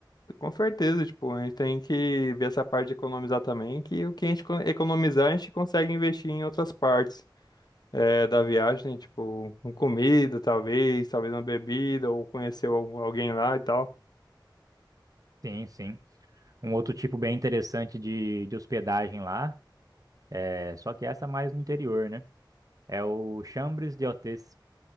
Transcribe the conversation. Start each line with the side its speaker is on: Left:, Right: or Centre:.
Left: com certeza, tipo, a gente tem que ver essa parte de economizar também, que o que a gente co- economizar, a gente consegue investir em outras partes é, da viagem, né? Tipo, em comida, talvez, talvez uma bebida, ou conhecer algum- alguém lá e tal.
Right: Sim, sim. Um outro tipo bem interessante de, de hospedagem lá, é, só que essa é mais no interior, né? É o Chambres de Hôtes.